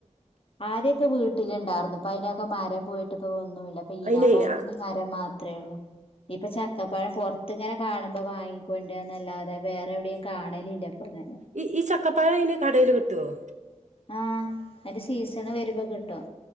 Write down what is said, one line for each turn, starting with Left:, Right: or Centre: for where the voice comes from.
Left: ആ ആദ്യൊക്കെ വീട്ടിലുണ്ടായിർന്ന ഇപ്പ അതിനൊക്കെ മരം പോയിട്ട ഇപ്പ ഒന്നുമില്ല അപ്പൊ ഈനാമ്പഴത്തിന്റെ
Right: അയിനെ ആ
Left: മരം മാത്രേ ഉള്ളൂ ഇപ്പൊ ചക്കപ്പഴം പുറത്ത് ഇങ്ങനെ കാണുമ്പോ വാങ്ങിക്കൊണ്ടരന്നല്ലാതെ വേറെ എവിടിയിം കാണലില്ല ഇപ്പൊ അങ്ങനെ
Right: ഈ ഈ ചക്കപ്പായം ഇന് കടൽ കിട്ടുവോ
Left: ആ അത് സീസണ് വരുമ്പോ പൊട്ടും